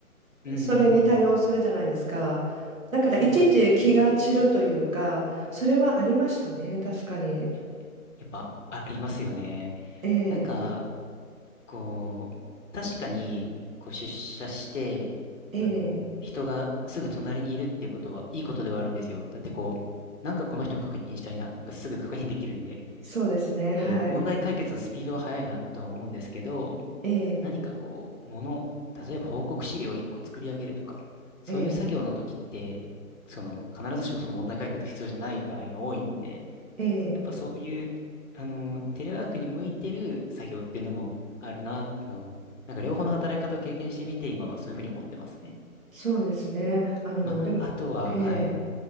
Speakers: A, on the left; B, on the right.
A: うんうんうん。
B: それに対応するじゃないですか。だからいちいち気が散るというか、
A: そうなんですよね。
B: それはありましたね、確かに。
A: いや、やっぱありますよね。
B: ええ、
A: なんか、こう、確かに、こう出社して、
B: ええ、
A: あの、人がすぐ隣にいるっていうことは、いいことではあるんですよ。だってこう、なんかこの人の確認したいな、がすぐ確認できるんで、
B: そうですね、はい。
A: こう、問題解決のスピードは速いなとは思うんですけど、
B: ええ、
A: 何かこう、もの、例えば報告資料を1個作り上げるとか、そういう作業の時って、
B: ええ、
A: その、必ずしもその問題解決が必要じゃない場合が多いんで、
B: ええ、
A: やっぱそういう、あの、テレワークに向いてる作業っていうのもあるなっていうのを、なんか両方の働き方を経験してみて、今はそういうふうに思ってますね。
B: そうですね。あの、
A: まあ、
B: でも、
A: あとは、
B: ええ
A: はい。